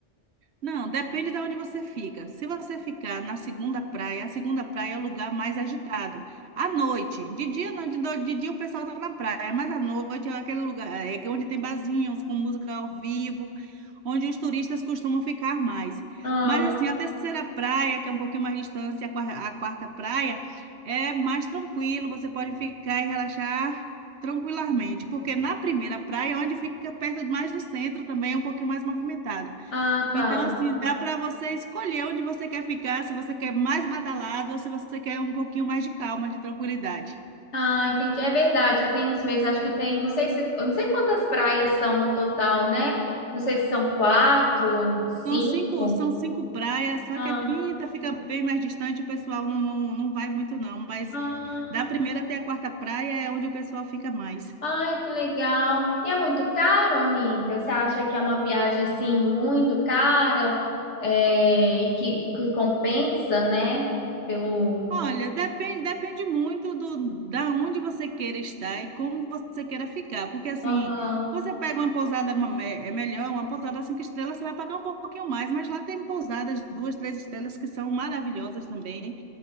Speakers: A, on the right (about 70°); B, on the left (about 75°).
A: Não, depende de onde você fica. Se você ficar na segunda praia, a segunda praia é o lugar mais agitado. À noite, de dia não, de, do- de dia o pessoal tá na praia, mas à noite é aquele lugar é que onde tem barzinhos com música ao vivo, onde os turistas costumam ficar mais.
B: Ah.
A: Mas assim, a terceira praia, que é um pouquinho mais distante, a quar- a quarta praia, é mais tranquilo, você pode ficar e relaxar tranquilamente, porque na primeira praia, é onde fica perto mais do centro, também é um pouquinho mais movimentado.
B: Ah, tá.
A: Então, assim, dá para você escolher onde você quer ficar, se você quer mais badalado ou se você quer um pouquinho mais de calma, de tranquilidade.
B: Ah, entendi. É verdade, tem isso mesmo. Acho que tem, não sei se, eu não sei quantas praias são no total, né? Não sei se são quatro, cinco.
A: São cinco, são cinco praias, só
B: Ah,
A: que a quinta fica bem mais distante, o pessoal não, não, não vai muito, não. Mas
B: ah,
A: da primeira até a quarta praia é onde o pessoal fica mais.
B: ai, que legal. E é muito caro, amiga? Você acha que é uma viagem assim muito cara, é, e que, e que compensa, né? Pelo.
A: Olha, depende, depende muito do da onde você queira estar e como você queira ficar, porque assim,
B: Aham.
A: você pega uma pousada ma- me- é melhor, uma pousada cinco estrelas, você vai pagar um pouquinho mais, mas lá tem pousadas duas, três estrelas que são maravilhosas também.